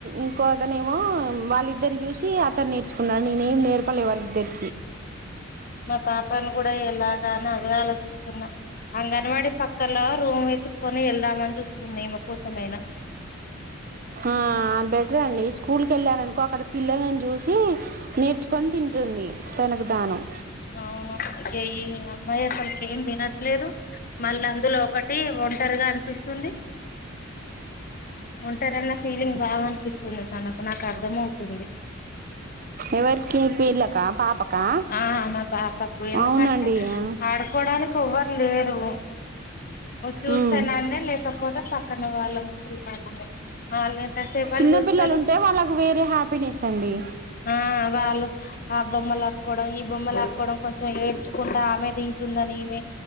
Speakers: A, on the right; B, on the left.
A: ఇంకో అతనేమో వాళ్ళిద్దరిని చూసి అతను నేర్చుకున్నా నేనేం నేర్పలే వాళ్ళిద్దరి
B: మా పాపను కూడా ఎలా ని అదే ఆలోచిస్తున్నా అంగన్వాడీ పక్కలో రూమ్ వెతుకుొని వెళ్దాం మని చూస్తుందిమ కోసమైనా
A: ఆ బెటర్ అండి స్కూల్ క వెళ్ళాను ఒకరి పిల్లని చూసి నేర్చుకొని తింటుంది తనకు దానం
B: అవును ఈ అమ్మాయి అసలుకి ఏం తినట్లేదు మళ్ళీ అందులో ఒకటి ఒంటరిగా అనిపిస్తుంది ఉంటే నన్న ఫీలింగ్ బాగా అనిపిస్తుంది తనకు నాకు అర్థం అవుతుంది
A: ఎవరికి పీలక్క పాపకా
B: ఆ మా పాపకు ఎందుకంటే
A: అవునండి ఆ
B: ఆడుకోవడానికి ఓవ్వర్ లేరు చూస్తేనన్ను
A: ఉమ్
B: లేకపోతే పక్కన వాళ్ళ ముసలి వాళ్ళని వాళ్ళు ఎంతసేపని
A: చిన్న
B: చూస్తారు
A: పిల్లలు ఉంటే వాళ్ళకు వేరే హ్యాపీనెస్ అండి
B: ఆ వాళ్ళు ఆ బొమ్మ లాక్కోడం ఈ బొమ్మ లాక్ కొడం కొంచెం ఏడ్చుకుంటే ఆమె తింటుందని ఈమె